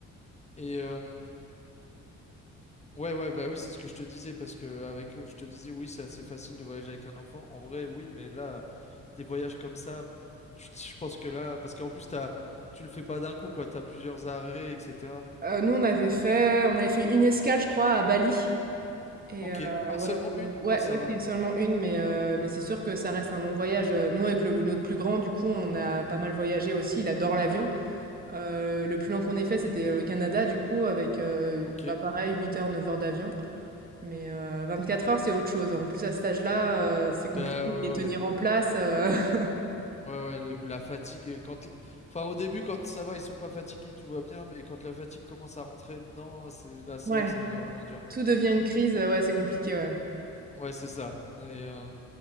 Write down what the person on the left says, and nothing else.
Et euh, ouais, ouais, bah oui, c'est ce que je te disais parce que avec, je te disais, oui, c'est assez facile de voyager avec un enfant. En vrai, oui, mais là. des voyages comme ça, tu- je pense que là, parce qu'en plus, t'as, tu le fais pas d'un coup, quoi. T'as plusieurs arrêts, etc.
Ok.
Ah,
seulement
une.
Ah, ça
va.
Ok.
Bah
ouais,
ouais.
Ouais, ouais, les- la fatigue, quand... Enfin, au début, quand ça va, ils sont pas fatigués, tout va bien, mais quand la fatigue commence à rentrer dedans, c'est là, c'est
là que ça devient vraiment dur.
Ouais, c'est ça. Et, euh,